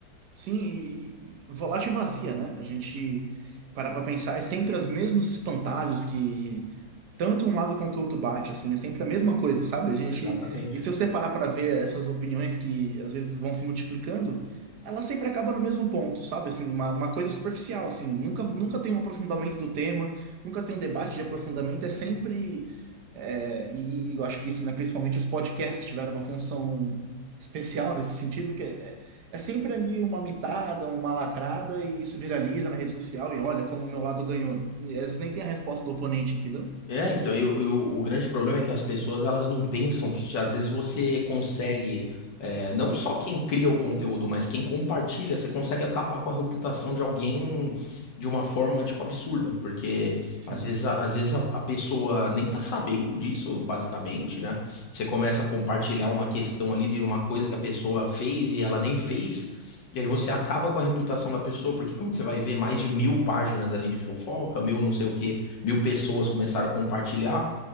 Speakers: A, on the right; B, on the left.
A: Sim, e, e volátil e vazia, né? A gente parar pra pensar, é sempre os mesmos espantalhos que tanto um lado quanto o outro bate, assim, é sempre a mesma coisa, sabe? A gente,
B: Exatamente.
A: e se eu separar para ver essas opiniões que às vezes vão se multiplicando, ela sempre acaba no mesmo ponto, sabe? Assim, uma, uma coisa superficial, assim, nunca, nunca tem um aprofundamento do tema, nunca tem um debate de aprofundamento, é sempre, é, e eu acho que isso, né, principalmente os podcasts tiveram uma função especial nesse sentido, que é, é é sempre ali uma mitada, uma lacrada, e isso viraliza na rede social, e olha como o meu lado ganhou. E às vezes nem tem a resposta do oponente, entendeu?
B: É, então, e o, e o- o grande problema é que as pessoas elas não pensam que às vezes você consegue, é, não só quem cria o conteúdo, mas quem compartilha, você consegue acabar com a reputação de alguém de uma forma, tipo, absurda, porque
A: Sim.
B: às vezes, a, às vezes a, a pessoa nem tá sabendo disso, basicamente, né? Você começa a compartilhar uma questão ali de uma coisa que a pessoa fez e ela nem fez, e aí você acaba com a reputação da pessoa, porque quando você vai ver mais de mil páginas ali de fofoca, mil não sei o quê mil pessoas começaram a compartilhar,